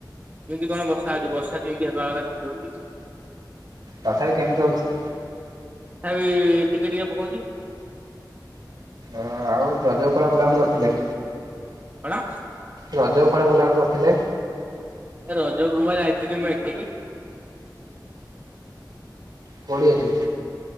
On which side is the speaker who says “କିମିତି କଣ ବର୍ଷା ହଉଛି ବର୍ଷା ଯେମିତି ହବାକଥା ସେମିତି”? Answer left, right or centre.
Right